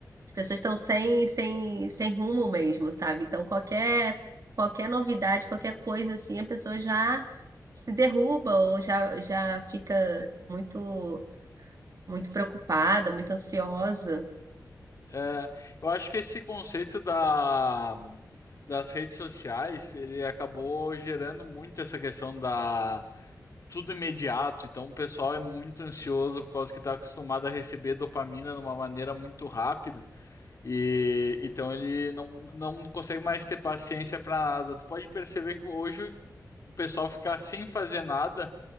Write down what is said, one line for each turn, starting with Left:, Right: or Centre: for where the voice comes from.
Right: as pessoas estão sem, sem, sem rumo mesmo, sabe? Então qualquer qualquer novidade, qualquer coisa assim, a pessoa já se derruba ou já, já fica muito muito preocupada, muito ansiosa.
Left: É, eu acho que esse conceito da, das redes sociais, ele acabou gerando muito essa questão da tudo imediato. Então, o pessoal é muito ansioso por causa que está acostumado a receber dopamina de uma maneira muito rápida. E então ele não, não consegue mais ter paciência para nada. Tu pode perceber que hoje o pessoal ficar sem fazer nada